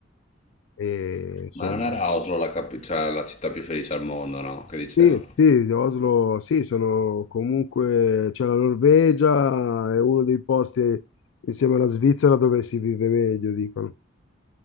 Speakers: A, on the left; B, on the left.
A: e insomma.
B: Ma non era Oslo la, capi- cioè, la città più felice al mondo, no? Che dicevano.
A: Sì, sì, Oslo, sì, sono comunque, c'è la Norvegia, è uno dei posti insieme alla Svizzera dove si vive meglio, dicono,